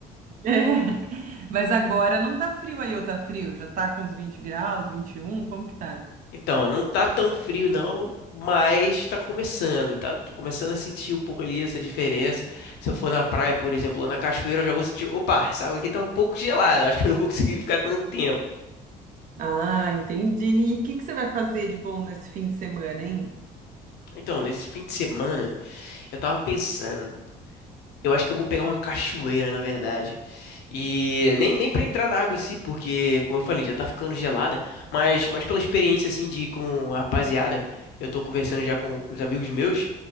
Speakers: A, on the right; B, on the left.
A: É, Mas agora não tá frio aí, ou tá frio? Já tá com uns 20 graus, 21. como que tá?
B: Então, não tá tão frio não, mas tá começando, tá? Tô começando a sentir um pouco ali essa diferença. Se eu for na praia, por exemplo, ou na cachoeira, eu já vou sentir, opa, essa água aqui tá um pouco gelada, acho que eu não vou conseguir ficar tanto tempo.
A: Ah, entendi. E o que que você vai fazer de bom nesse fim de semana, hein?
B: Então, nesse fim de semana, eu tava pensando. Eu acho que eu vou pegar uma cachoeira, na verdade. E nem, nem para entrar na água em si, porque, como eu falei, já tá ficando gelada. Mas, mas pela experiência, assim, de ir com a rapaziada, eu tô conversando já com, com os amigos meus.